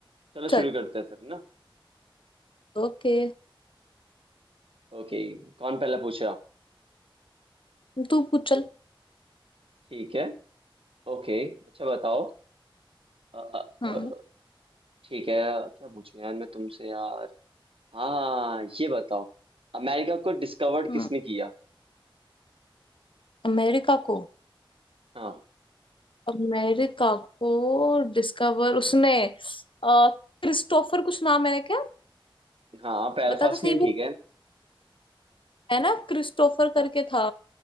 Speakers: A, on the right; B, on the left.
A: चलो
B: चल
A: शुरू करते हैं फिर ना
B: ओके
A: ओके कौन पहला पूछ रहा
B: तू पूछ चल
A: ठीक है ओके अच्छा बताओ अ, अ,
B: हम्म
A: अ, ठीक है क्या पूछूं यार मैं तुमसे यार हाँ ये बताओ अमेरिका को डिस्कवर्ड
B: हम्म
A: किसने किया
B: अमेरिका को
A: हाँ
B: अमेरिका को डिस्कवर उसने अ, क्रिस्टोफर कुछ नाम है क्या
A: हाँ पहला
B: बता
A: फर्स्ट
B: तो सही
A: नेम ठीक है
B: है ना क्रिस्टोफर
A: हाँ
B: करके था